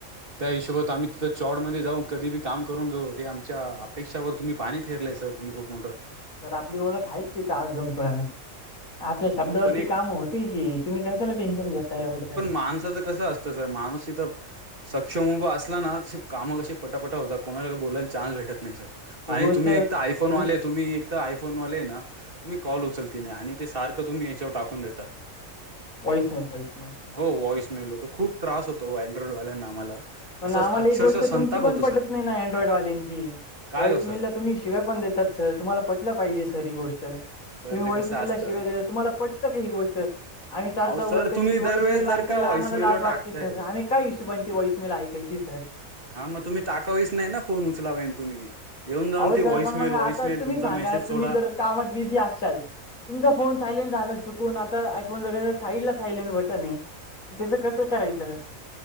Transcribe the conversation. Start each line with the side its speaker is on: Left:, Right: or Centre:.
Right: त्या हिशोबात आम्ही तिथं चॉडमध्ये जाऊन कधी काम करून घेऊ हे आमच्या अपेक्षावर तुम्ही. पाणी फिरलंय सर तुम्ही खूप मोठं.
Left: तर आपली ओळख आहेच तिथं अजूनपर्यंत. आपल्या शब्दावरती
Right: अहो पण एक
Left: काम होतील कि तुम्ही कशाला टेन्शन घेता एवढं.
Right: माणसाच कं असत मनुस तर सक्षम उभा असला ना तशी कामं के पटापटा होतात कोणाला काही बोलायला न्स भेटत नाही सर.
Left: ही
Right: आणि
Left: गोष्ट
Right: तुम्ही एक तर आयफोनवाले
Left: तुम
Right: तुम्ही एक आयफोनवाले ना तुम्ही कॉल उचलते नाही आणि ते सार तुम्ही याच्यावर टाकून देता.
Left: व्हॉइसमेल व्हॉइसमेल
Right: हो वॉईस मेल होतो खूप त्रास होतो अँड्रॉइडवाल्यांना आम्हाला.
Left: पण
Right: असंच
Left: आम्हाला
Right: अक्षरशः
Left: एक गोष्ट
Right: संताप
Left: तुमची पण
Right: होतो
Left: पटत
Right: सर
Left: नाही ना अँड्रॉइडवाल्यांची
Right: काय
Left: वॉइस
Right: हो सर
Left: मिलत तुम्ही शिव्या पण देतात सर तुम्हाला पटलं पाहिजे सर ही गोष्ट
Right: सर
Left: तुम्ही
Right: ते
Left: वॉईस
Right: कसं
Left: मिेलला
Right: असतं
Left: शिवाय द तुम्हाला पटत का ही गोष्ट. आम्ही चार
Right: अहो
Left: चौगत
Right: सर
Left: कधी
Right: तुम्ही
Left: ती वॉईस
Right: दरवेळेस
Left: मे
Right: जर
Left: ऐकायला
Right: का व्हॉइसमेलो
Left: आम्हाला लाज वाटते
Right: टाकताय
Left: सर आम्ही काय इशूण ती वॉईस. मला ऐकायची सर.
Right: हा मग तुम्ही टाकावीस नाही ना फोन उचलावेन तुम्ही. येऊन जाऊन
Left: अहो
Right: त
Left: सर
Right: वॉईसमेल
Left: पण मग
Right: व्हाॉइसमेल
Left: आता तुम्ही
Right: तुमचा
Left: सांगा
Right: मेसेज सोडा.
Left: तुम्ही जर कामात बिझी असल तुमचा फोन सायलेंट झाला चुकून आता आयफोन ज साईड ला सायलेंट बटन आहे. त्याचं कसं करायचं.